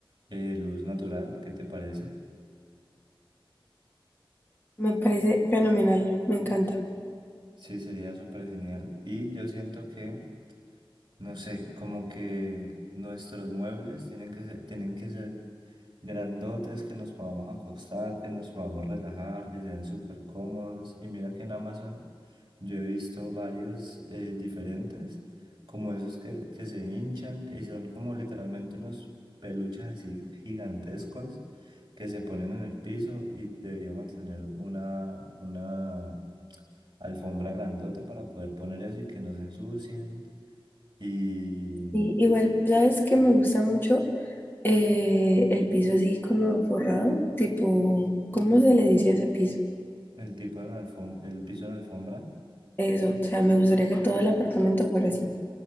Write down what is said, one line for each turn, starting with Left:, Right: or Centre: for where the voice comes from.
Right: eh, luz natural. ¿Qué te parece?
Left: me parece fenomenal, me encanta.
Right: Sí, sería súper genial. Y yo siento que, no sé, como que nuestros muebles tienen que ser, tienen que ser grandotes que nos podamos acostar, que nos podamos relajar, que sean súper cómodos. Y mira que en Amazon yo he visto varios eh, diferentes, como esos que, que se hinchan y son como literalmente unos peluches así gigantescos que se ponen en el piso y deberíamos tener una, una alfombra grandota para poder poner eso y que no se ensucien. Y
Left: Y igual, ¿sabes qué me gusta mucho? Eh, el piso así como forrado, tipo, ¿cómo se le dice a ese piso?
Right: el tipo de alfombra, el piso en alfombra
Left: Eso, o sea, me gustaría que todo el apartamento fuera así.